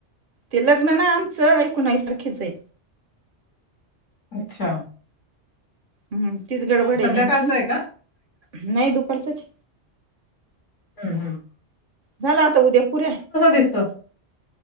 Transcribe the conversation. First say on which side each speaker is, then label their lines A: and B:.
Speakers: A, on the right; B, on the left.
A: ते लग्न ना आमचं एकोणावीस तारखेच आहे
B: अच्छा
A: हम्म तीच गडबड
B: संध्याकाळचं
A: आहे नेमकी
B: आहे का
A: नाही दुपारचच
B: ह, ह
A: झाला आता उद्या पुऱ्या
B: दिसतो